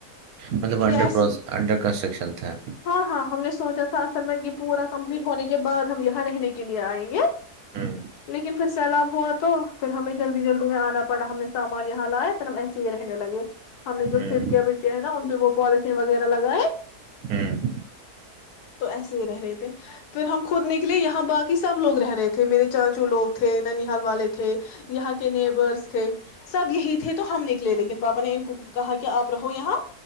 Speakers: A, on the right; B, on the left.
A: مطلب
B: یہ
A: انڈر
B: ایسے
A: انڈر کنسٹرکشن تھے
B: ہاں ہاں ہم نے سوچا تھا اصل میں یہ پورا کمپلیٹ ہونے کے بع ہم یہاں رہنے کے لیے آئیں گے
A: ہ
B: لیکن پھر سیلاب ہوا تو پھر ہمیں جلدی جلدی میں آنا پڑا ہم نے سامان یہاں لایا پھر ہم ایسے ہی رہنے لگے ہم نے جو
A: ہ
B: کھڑکیاں وڑکیاں ہیں نا ان پہ وہ پالن وغیرہ لگائے
A: ہ
B: تو ایسے ہی رہ رہے تھے پھر ہم خود نکلے یہاں باقی سب لوگ رہ رہے تھے میرے چاچو لوگ تھے ننیحال والے تھے یہاں کے نیبرس تھے سب یہی تھے تو ہم نکلے لیکن پاپا نے ان کو کہا کہ آپ رہو یہاں